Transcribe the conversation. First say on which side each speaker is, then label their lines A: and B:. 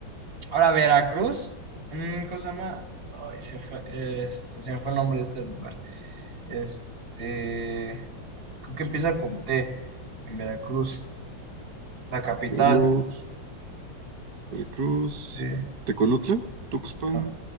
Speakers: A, on the right; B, on the right.
A: Ahora, Veracruz. mm, ¿Cómo se llama? Ay, se me fue, este, se me fue el nombre de este lugar. Este. Creo que empieza con T. En Veracruz. La capital.
B: Vamos, Veracruz,
A: Eh,
B: Tecolutla, Tuxpan,
A: no,